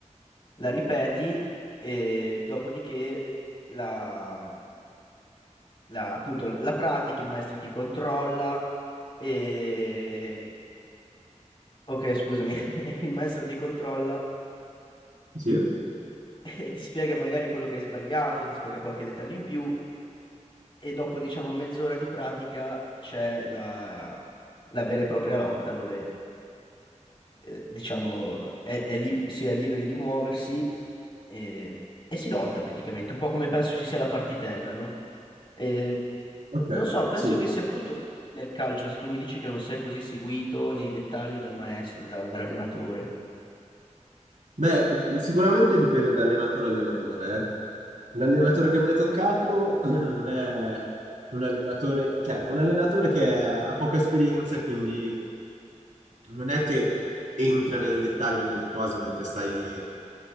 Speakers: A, on the left; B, on the right.
A: la ripeti e dopodiché la, la- appunto la pratichi, il maestro ti controlla e... Ok, scusami, <laughs> il maestro ti controlla
B: Sì?
A: e ti spiega magari quello che hai sbagliato, ti spiega qualche dettaglio in più e dopo diciamo mezz'ora di pratica c'è la, la vera e propria lotta dove eh, diciamo è, è lib- si è liberi di muoversi e, e si lotta praticamente, un po' come penso ci sia la partitella, no? E,
B: Ok,
A: non so, penso
B: sì.
A: che sia brutto nel calcio se tu mi dici che non sei così seguito nei dettagli dal maestro, dal- dall'allenatore.
B: Beh, sicuramente dipende da allenatore a allenatore. eh. L'allenatore che mi ha toccato <clears throat> non è un allenatore, cioè è un allenatore che ha poca esperienza e quindi non è che entra nel dettaglio nelle cose mentre stai eh,